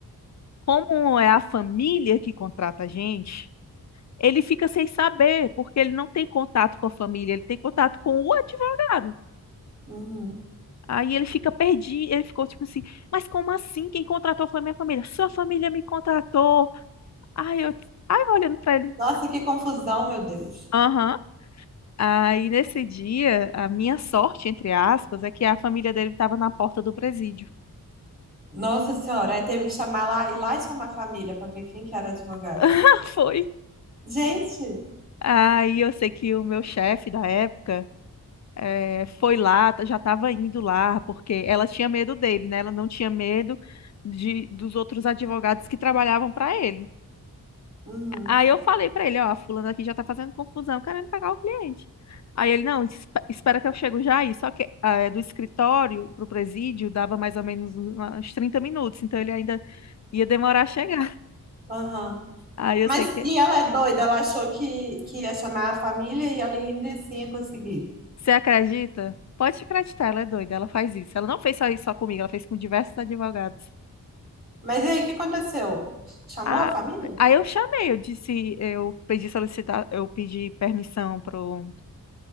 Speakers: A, on the left; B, on the right.
A: como é a família que contrata a gente, ele fica sem saber, porque ele não tem contato com a família, ele tem contato com o advogado.
B: uhum.
A: Aí ele fica perdido, ele ficou tipo assim, mas como assim? Quem contratou foi minha família. Sua família me contratou. Aí eu, aí eu olhando pra ele.
B: Nossa, que confusão, meu Deus.
A: Aham. Aí nesse dia, a minha sorte, entre aspas, é que a família dele estava na porta do presídio.
B: Nossa Senhora, aí teve que chamar lá, ir lá e chamar a família pra ver quem que era advogado.
A: <laughs> Foi.
B: Gente,
A: Aí eu sei que o meu chefe da época eh, foi lá, já estava indo lá, porque ela tinha medo dele, né? Ela não tinha medo de, dos outros advogados que trabalhavam para ele.
B: uhum,
A: Aí eu falei para ele, ó, a fulana aqui já tá fazendo confusão, querendo pagar o cliente. Aí ele, não, esp- espera que eu chego já aí. Só que eh, do escritório pro presídio dava mais ou menos uns 30 minutos, então ele ainda Ia demorar a chegar.
B: aham.
A: Aí eu
B: Mas,
A: sei que.
B: e ela é doida, ela achou que, que ia chamar a família e ela ainda assim ia conseguir.
A: Você acredita? Pode acreditar, ela é doida, ela faz isso. Ela não fez só isso só comigo, ela fez com diversos advogados.
B: Mas e aí, o que aconteceu? Chamou
A: Ah,
B: a família?
A: aí eu chamei, eu disse, eu pedi solicitar, eu pedi permissão pro,